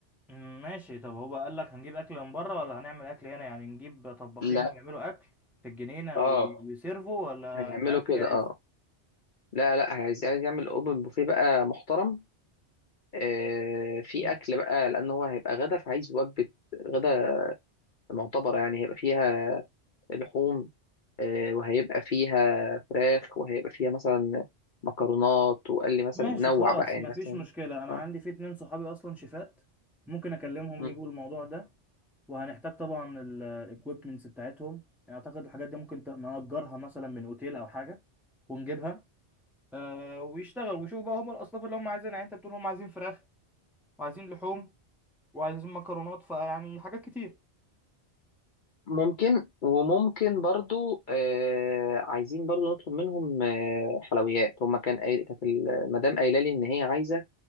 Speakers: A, in the centre; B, on the left.
A: مم، ماشي طب هو قال لك هنجيب اكل من بره ولا هنعمل اكل هنا يعني نجيب طباخين
B: لا
A: ويعملوا اكل في الجنينه
B: اه
A: وي- ويسيرفوا ولا
B: هيعملوا
A: نبقى اكل
B: كده
A: جاهز
B: اه لا لا عايز عايز يعمل اوبن بوفيه بقى محترم آه في
A: مم،
B: اكل بقى لان هو هيبقى غدا فعايز وجبه غدا معتبره يعني هيبقى فيها لحوم آه وهيبقى فيها فراخ وهيبقى فيها مثلا مكرونات وقال لي مثلا
A: ماشي
B: نوع
A: خلاص
B: بقى يعني
A: مفيش
B: مثلا
A: مشكله انا
B: آه.
A: عندي في اتنين صحابي اصلا شيفات ممكن اكلمهم
B: م.
A: يجوا الموضوع ده وهنحتاج طبعا الاكويبمنتس بتاعتهم يعني اعتقد الحاجات دي ممكن ت- نأجرها مثلا من اوتيل او حاجه ونجيبها آه ويشتغل ويشوف بقى هم الاصناف اللي هم عايزينها يعني انت بتقول هم عايزين فراخ وعايزين لحوم وعايزين مكرونات فيعني حاجات كتير
B: ممكن وممكن برضو آه عايزين برضو نطلب منهم آه حلويات هما كان قايل- كانت المدام قايله لي ان هي عايزه